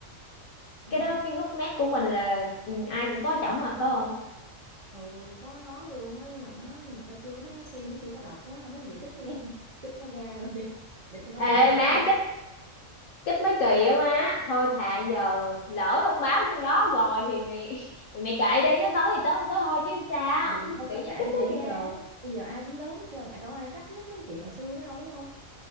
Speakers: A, on the right; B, on the left.
A: Ừ.
B: Cái đó cái group mét của mình là ừ, ai cũng có chổng mà phải không?
A: ừ có nó luôn á nhưng mà nó nhưng mà tao chưa thấy nó xin nó chưa có đọc á không mấy bây giờ kích nó ra <laughs> kích nó ra rồi <laughs> để cho nó đừng
B: Ê
A: đọc
B: má
A: hay sao
B: kích kích mấy kỳ á má thôi thà giờ lỡ thông báo trong đó rồi thì mày <laughs> thì mày kệ đi nó tới thì tới không tới thôi chứ sao
A: ừ,
B: <laughs> tự
A: thôi, thôi
B: nhiên
A: kệ
B: kích
A: đi mẹ
B: nó
A: bây
B: kìa
A: giờ bây giờ ai cũng lớn hết trơn à đâu ai chấp nhất mấy cái chuyện hồi xưa nữa đâu đúng không